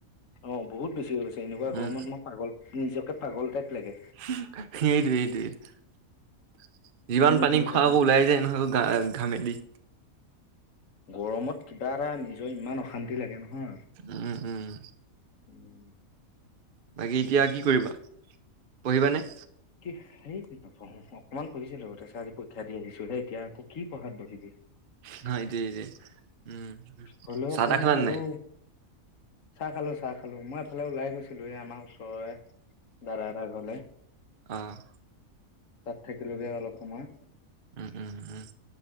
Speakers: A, on the left; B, on the right.
A: অ বহুত বেছি হৈ গৈছে এনেকুৱা
B: উম
A: গৰমত মই পাগল নিজকে পাগল টাইপ লাগে
B: সেইতোৱে, সেইতোৱে।
A: কিনো
B: যিমান পানী
A: হৈ
B: খোৱা
A: থাকো
B: আকৌ ওলাই যায় নহয় ঘা ঘামেদি।
A: গৰমত কিবা এটা নিজৰ ইমান অশান্তি লাগে। নহয়
B: উম, উম।
A: উম।
B: বাকী এতিয়া কি কৰিবা পঢ়িবানে?
A: কি হেইত নপঢ়ো অকনমান পঢ়িছিলো তাৰ পিছত আজি পৰীক্ষা দি আহিছোঁ। এতিয়া আকৌ কি পঢ়াত বহিবি।
B: এ হয় দেই উম।
A: হলেও
B: চাহ
A: অকমান
B: তাহ খালা
A: চালো।
B: নাই
A: চাহ খালো চাহ খালো মই এফালে ওলাই গৈছিলো আমাৰ ওচৰে। দাদা এটা ঘলে।
B: আহ
A: তাত থাকিলোগে অলপ সময়।
B: উম উম উম